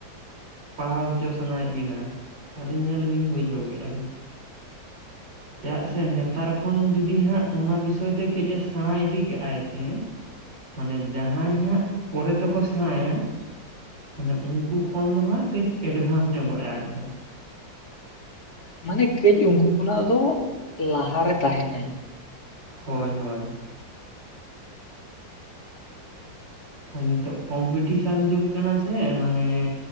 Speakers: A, on the right (about 65°); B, on the left (about 55°).
A: ᱯᱟᱲᱦᱟᱣ ᱦᱚᱪᱚ ᱥᱟᱱᱟᱭᱮᱫ ᱵᱤᱱᱟ ᱛᱟᱦᱚᱞᱮ ᱧᱮᱞ ᱵᱤᱱ ᱵᱩᱡᱷᱟᱹᱣ ᱠᱮᱜᱼᱟ ᱵᱤᱱ ᱪᱟᱜ ᱥᱮ ᱱᱮᱛᱟᱨ ᱚᱷᱚᱱ ᱡᱩᱫᱤ ᱦᱟᱸᱜ ᱚᱱᱟ ᱵᱤᱥᱚᱭ ᱛᱮ ᱠᱟᱹᱡ ᱮ ᱥᱮᱬᱟ ᱤᱫᱤ ᱠᱟᱜᱟᱭ ᱥᱮ ᱢᱟᱱᱮ ᱡᱟᱦᱟᱸᱭ ᱦᱟᱸᱜ ᱯᱚᱨᱮ ᱛᱮᱠᱚ ᱥᱮᱬᱟᱭᱟ, ᱢᱟᱱᱮ ᱩᱱᱠᱩ ᱠᱷᱚᱱ ᱫᱚ ᱦᱟᱸᱜ ᱠᱟᱹᱡ ᱮᱰᱵᱷᱟᱱᱥ ᱧᱚᱜᱚᱜᱼᱟᱭ ᱟᱡ ᱫᱚ᱾
B: ᱢᱟᱱᱮ ᱠᱟᱹᱡ ᱩᱱᱠᱩ ᱠᱷᱚᱱᱟᱜᱼᱫᱚ ᱞᱟᱦᱟ ᱨᱮ ᱛᱟᱦᱮᱸᱱᱟᱭ
A: ᱦᱳᱭ ᱦᱳᱭ ᱟᱨ ᱱᱤᱛᱚᱜ ᱠᱚᱢᱯᱤᱴᱤᱥᱟᱱ ᱡᱩᱜᱽ ᱠᱟᱱᱟ ᱥᱮ ᱢᱟᱱᱮ